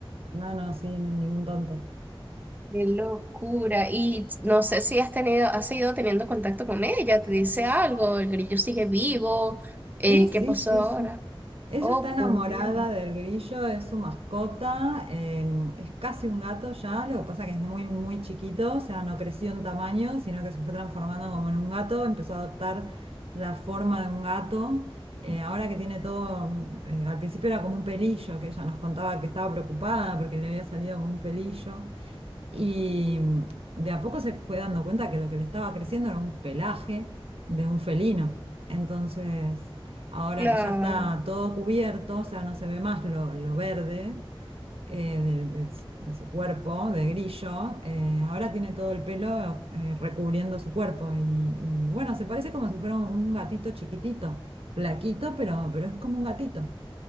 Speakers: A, on the right; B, on the right.
A: No, no, sí, no, ningún tonto.
B: Qué locura. Y no sé si has tenido, has seguido teniendo contacto con ella, te dice algo, el grillo sigue vivo, eh,
A: Sí, sí,
B: ¿qué pasó
A: sí,
B: ahora?
A: sí. Ella
B: Oh,
A: está enamorada
B: por Dios.
A: del grillo, es su mascota, em, es casi un gato ya, lo que pasa que es muy, muy chiquito, o sea, no creció en tamaño, sino que se fue transformando como en un gato, empezó a adoptar la forma de un gato. Eh, ahora que tiene todo, eh, al principio era como un pelillo, que ella nos contaba que estaba preocupada porque le había salido como un pelillo. Y mm, de a poco se fue dando cuenta que lo que le estaba creciendo era un pelaje de un felino. Entonces, ahora
B: Claro.
A: que ya está todo cubierto, o sea, no se ve más lo, lo verde eh, del- de, s- de su cuerpo, de grillo, eh, ahora tiene todo el pelo eh, recubriendo su cuerpo. Y, y bueno, se parece como si fuera un, un gatito chiquitito, flaquito, pero, pero es como un gatito.